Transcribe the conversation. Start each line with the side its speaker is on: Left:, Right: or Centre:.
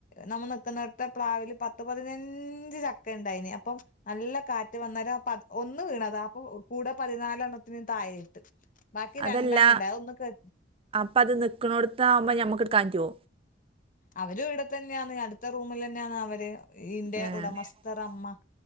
Left: നമ്മൾ നിക്കുനീടാതെ പ്ലാവില് പത്ത് പതിനഞ്ച് ചക്ക ഉണ്ടായിന് അപ്പം നല്ല കാറ്റ് വന്നാല ആ ഒന്ന് വീണത അപ്പൊ കൂടെ പതിനാലെണ്ണത്തിന് താഴയിട്ട് ബാക്കി
Right: അതല്ല
Left: രണ്ടെണ്ണം ഉണ്ടേ അത ഒന്ന് കേ
Right: അപ്പ അത് നിക്കന്നോടട്ട് ആകുമ്പോൾ നമുക്ക് എടുക്കാൻ പറ്റൊ
Left: അവരും ഇവിടെ തന്നെയാണ് അടുത്ത റൂമിൽ തന്നെയാണ് അവര് ഇതിന്റെ
Right: ഏഹ് ഏഹ്
Left: ഉടമസ്ഥർമ്മ
Right: അത്